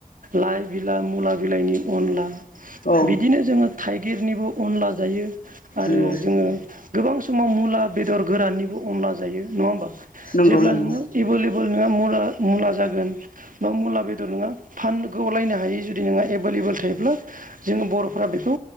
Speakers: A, on the right (about 65°); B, on the left (about 70°).
A: लाइ बिला मुला बिलाइनि अनला
B: औ
A: बिदिनो जोङो थाइगिरनिबो अनला जायो आरो
B: नंगौ
A: जोङो गोबां समाव मुला बेदर गोराननिबो अनला जायो नङा होमबा
B: नंगौ
A: जेब्ला
B: नंगौ
A: नोङो एबोल एबोल नोङा मुला मुला जागोन बा मुला बेदर नोङो फानग'लायनो हायि जुदि नोंङो एबोल एबोेल थायोब्ला जोङो बर'फ्रा बेखौ